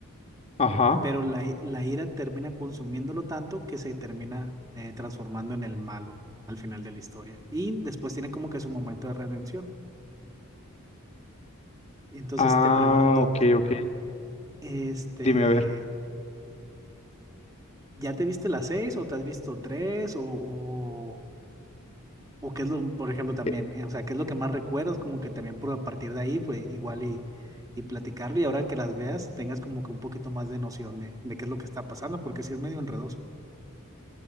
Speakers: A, on the left (about 30°); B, on the right (about 15°).
A: Ajá.
B: pero la, i- la ira termina consumiéndolo tanto que se termina eh, transformando en el malo al final de la historia. Y después tiene como que su momento de redención. Entonces
A: Ah,
B: te pregunto,
A: ok, ok.
B: este,
A: Dime, a ver.
B: ¿ya te viste las seis o te has visto tres o, o O qué es lo, por ejemplo, también,
A: Eh,
B: eh, o sea, qué es lo que más recuerdas, como que también por a partir de ahí, pues igual y, y platicarlo y ahora que las veas, tengas como que un poquito más de noción de, de qué es lo que está pasando, porque sí es medio enredoso.